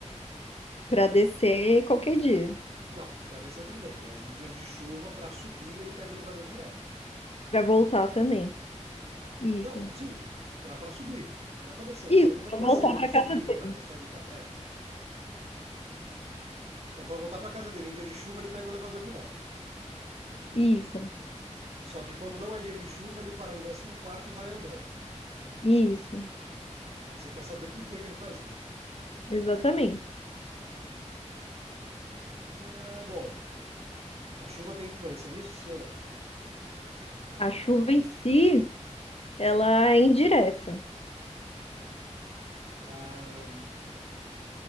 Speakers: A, on the left (about 55°); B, on the right (about 60°).
A: Para descer qualquer dia,
B: Não, para descer tudo bem, mas em dias de chuva, para subir, ele pega o elevador direto.
A: para voltar também. Isso.
B: Não, sim, para pra subir. Não é pra descer,
A: Isso,
B: não tem como
A: para
B: ele descer
A: voltar para
B: subindo
A: casa dele.
B: para sair de casa, é. Então, para voltar pra casa dele em dia de chuva, ele pega o elevador direto.
A: Isso.
B: Só que quando não é dia de chuva, ele para no décimo quarto e vai andando.
A: Isso,
B: E você quer saber por que, que ele faz isso?
A: exatamente.
B: Ah, bom, a chuva tem influência nisso, sim ou não?
A: A chuva em si, ela é indireta.
B: Ah,